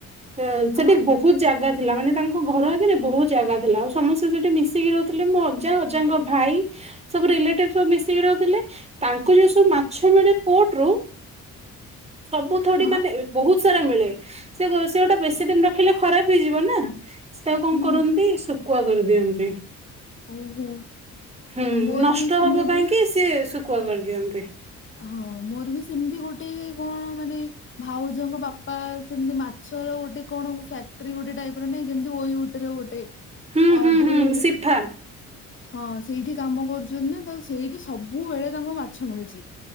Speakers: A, on the right (about 20°); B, on the left (about 40°).
A: ତ
B: ହଁ
A: ସେଠେ ବହୁତ୍ ଜାଗା। ଥିଲା ମାନେ ତାଙ୍କ ଘରଆଗରେ ବହୁତ୍ ଜାଗା ଥିଲା ଆଉ ସମସ୍ତେ ସେଠି ମିଶିକି ରହୁଥିଲେ ମୋ ଅଜା ଅଜାଙ୍କ ଭାଇ। ସବୁ ରିଲେଟିଭ୍ ସବୁ ମିଶିକି ରହୁଥିଲେ ତାଙ୍କୁ ଯୋଉ ସବୁ ମାଛ ମିଳେ ପୋଟରୁ। ସବୁଥେଡି
B: ହଁ
A: ମାନେ ଇ। ବହୁତ୍ ସାରା ମିଳେ ସେ ସେଗୁଡା ବେଶୀ ଦିନ ରଖିଲେ ଖରାପ୍ ହେଇଯିବ ନା। ସେୟାକୁ କଣ
B: ହୁଁ।
A: କରନ୍ତି ଶୁଖୁଆ କରିଦିଅନ୍ତି।
B: ଓହୋ।
A: ହୁଁ
B: ମୋର
A: ନଷ୍ଟ
B: ବି ସେମିତି।
A: ହବ କାହିଁକି ସିଏ ଶୁଖୁଆ କରିଦିଅନ୍ତି।
B: ହଁ ମୋର ବି ସେମିତି ଗୋଟେ କଣ ମାନେ? ଭାଉଜଙ୍କ ବାପା ସେମିତି ମାଛର ଗୋଟେ କଣ ଫ୍ୟାକ୍ଟ୍ରି ଗୋଟେ ଟାଇପିର ନାହିଁ ଯେମତି ଓୟ। ଟରେ ଗୋଟେ
A: ହୁଁ
B: ଅର୍ଧରେ
A: ହୁଁ ହୁଁ
B: <unintelligible>
A: ସିଫା
B: ହଁ ସେଇଠି କାମ କରୁଛନ୍ତିନା ତ ସେଇଠି ସବୁବେଳେ ତାଙ୍କୁ ମାଛ ମିଳୁଛି।